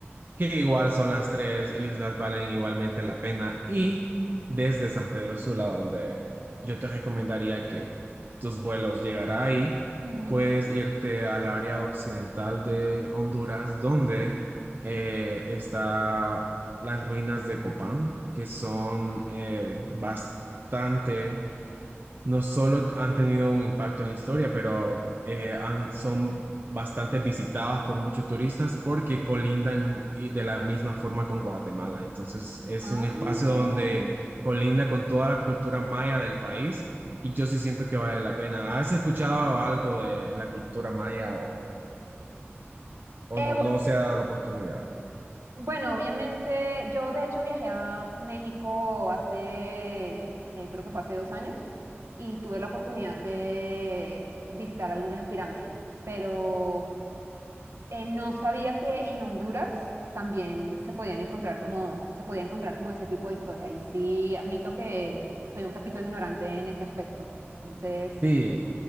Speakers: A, on the right; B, on the right.
A: que igual son las tres islas, valen igualmente la pena. Y desde San Pedro Sula, donde yo te recomendaría que tus vuelos llegará ahí,
B: ujú.
A: puedes irte al área occidental de Honduras, donde eh, está las ruinas de Copán, que son eh, bastante no solo han tenido un impacto en la historia, pero eh, han- son bastante visitadas por muchos turistas porque colindan y de la misma forma con Guatemala. Entonces es
B: Ah,
A: un espacio
B: ok.
A: donde
B: Eh,
A: colinda con toda la cultura maya del país y yo sí siento que vale la pena. ¿Has escuchado algo de la cultura maya o, o
B: bu-
A: no se ha dado la oportunidad?
B: Bueno, obviamente, yo de hecho viajé a México hace, eh, creo que fue hace dos años, y tuve la oportunidad de visitar algunas pirámides, pero eh, no sabía que en Honduras también se podían encontrar como, se podía encontrar como ese tipo de historia. Y sí, admito que soy un poquito ignorante en ese aspecto. Entonces,
A: Sí.